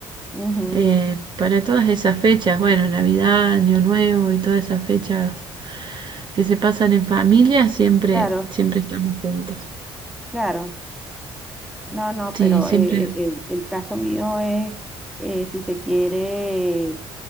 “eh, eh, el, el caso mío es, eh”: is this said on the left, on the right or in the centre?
Centre